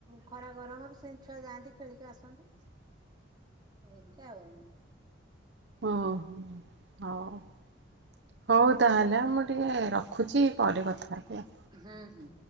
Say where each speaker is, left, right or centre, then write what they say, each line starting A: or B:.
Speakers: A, on the right; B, on the right.
A: ଖରା ଗରମରୁ ସେ ଛୁଆ ଯାଆନ୍ତି ଖେଳିକି ଆସନ୍ତି
B: ହ <unintelligible>
A: ଏମିତି ଆଉ।
B: ହଁ ହଁ ହଉ ହଉ ତାହେଲେ ମୁଁ ଟିକେ ରଖୁଛି ପରେ କଥା ହେବି
A: ହୁଁ ହୁଁ।